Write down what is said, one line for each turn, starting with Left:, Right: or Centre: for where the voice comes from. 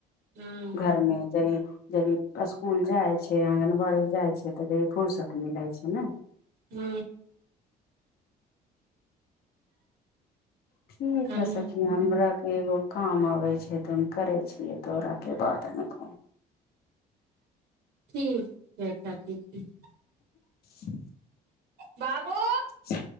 Right: हूँ
Left: घरमे जरी चलीये जेदी स्कूल जाइ छै आँगनबाड़ी जाइ छै तऽ जे कनि फुरर्सत मिलै छै ने
Right: हू
Left: ठीक
Right: हम
Left: है सखी हमरा एगो काम आबै छै तऽ हम करै छियै दौड़ाके बाद हम काम
Right: ठीक छै छची ठ <inaudible> <inaudible>
Left: <unintelligible>
Right: बाबु
Left: ह